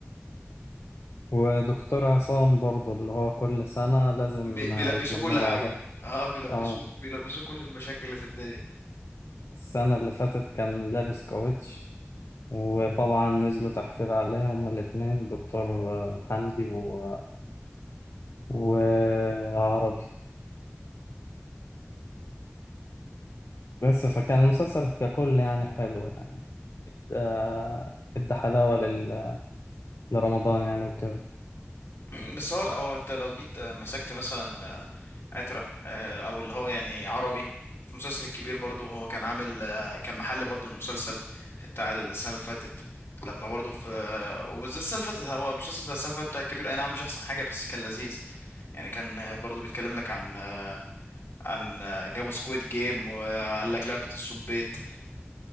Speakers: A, on the left (about 85°); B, on the left (about 60°).
A: ودكتور عصام برضه اللي هو كل سنة لازم
B: بي- بيلبسوه
A: آه، يتنمروا
B: كل حاجه
A: عليه
B: اه بيلبسوه
A: اه
B: بيلبسوه كل المشاكل اللي في الدنيا
A: السنة اللي فاتت كان لابس كاوتش وطبعا نزلوا تحفيل عليه هما الاتنين دكتور آه، حمدي و... وعربي بس فكان المسلسل ككل يعني حلو يعني ده ادى حلاوة لل... لرمضان يعني وكده
B: مم، بس هو هو انت لو جيت آه، مسكت مثلا آه، عترة آه، او اللي هو يعني عربي في المسلسل الكبير برضه هو كان عامل آه، كان محل برضه المسلسل بتاع السنه اللي فاتت لما برضه في آه، وبالذات السنه اللي فاتت هو المسلسل بتاع السنه اللي فاتت بتاع الكبير اي نعم مش احسن حاجه بس كان لذيذ يعني كان برضو بيتكلم لك عن عن جابوا سكويد جيم وقال لك لعبة الصبيط